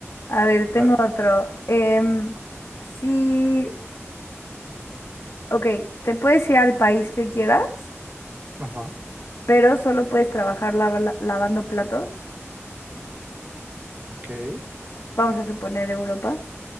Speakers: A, on the left; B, on the right.
A: A ver, tengo
B: A ver.
A: otro. Em, sí, ok, te puedes ir al país que quieras,
B: Ajá,
A: pero solo puedes trabajar lava- la- lavando platos.
B: ok,
A: Vamos a suponer Europa,